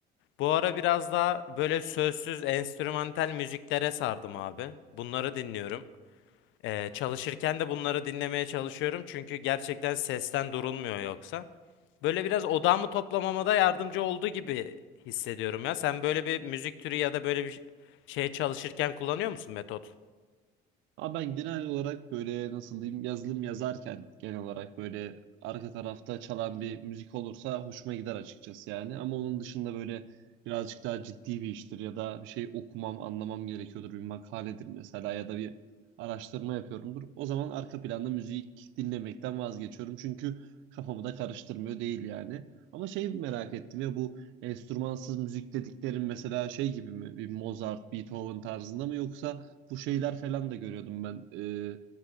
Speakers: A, on the left; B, on the right.
A: Bu ara biraz daha böyle sözsüz, enstrümantal müziklere sardım abi. Bunları dinliyorum. Ee, çalışırken de bunları dinlemeye çalışıyorum çünkü gerçekten sesten durulmuyor yoksa. Böyle biraz odağımı toplamama da yardımcı olduğu gibi hissediyorum ya. Sen böyle bir müzik türü ya da böyle bir şey çalışırken kullanıyor musun metot?
B: Ama ben genel olarak böyle nasıl diyeyim yazılım yazarken genel olarak böyle arka tarafta çalan bir müzik olursa hoşuma gider açıkçası yani. Ama onun dışında böyle birazcık daha ciddi bir iştir ya da bir şey okumam, anlamam gerekiyordur. Bir makaledir mesela ya da bir araştırma yapıyorumdur. O zaman arka planda müzik dinlemekten vazgeçiyorum. Çünkü kafamı da karıştırmıyor değil yani. Ama şey merak ettim ya bu enstrümansız müzik dediklerin mesela şey gibi mi? Bir Mozart, Beethoven tarzında mı yoksa bu şeyler falan da görüyordum ben. Ee,